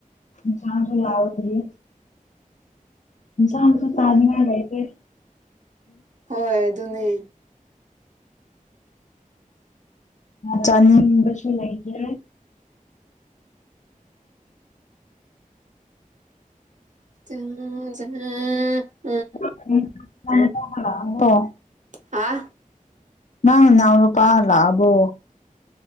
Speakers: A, on the left; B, on the right.
A: ꯏꯟꯁꯥꯡꯗꯣ ꯌꯥꯎꯗꯔꯤ ꯢꯟꯁꯥꯡꯁꯨ ꯆꯥꯅꯤꯉꯥꯢ ꯂꯩꯇꯦ
B: ꯍꯣꯏ ꯑꯗꯨꯅꯦ
A: ꯆꯥꯅꯤꯡꯕꯁꯨ ꯂꯩꯇ꯭ꯔꯦ
B: <unintelligible>
A: <unintelligible> ꯀꯣ
B: ꯍꯥ
A: ꯅꯪ ꯅꯅꯥꯎ ꯅꯨꯄꯥ ꯂꯛꯑꯕꯣ